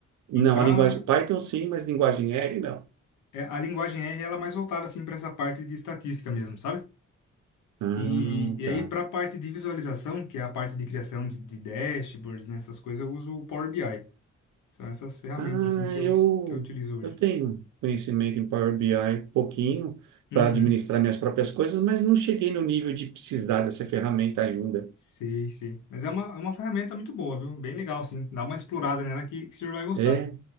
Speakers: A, on the right (about 80°); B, on the left (about 85°).
A: Não,
B: e para
A: a linguagem Python sim, mas linguagem R não.
B: a linguagem R ela é mais voltada assim para essa parte de estatística mesmo, sabe?
A: Ah,
B: E, e
A: tá.
B: aí para a parte de visualização, que é a parte de criação de, de dashboards, né, essas coisas, eu uso o Power BI. São essas ferramentas
A: Ah,
B: assim que eu
A: eu,
B: que eu utilizo hoje.
A: eu tenho conhecimento em Power BI, pouquinho,
B: Uhum.
A: para administrar minhas próprias coisas, mas não cheguei no nível de precisar dessa ferramenta ainda.
B: Sei, sei. Mas é uma, é uma ferramenta muito boa, viu? Bem legal, sim. Dá uma explorada nela que, que o senhor vai gostar.
A: É,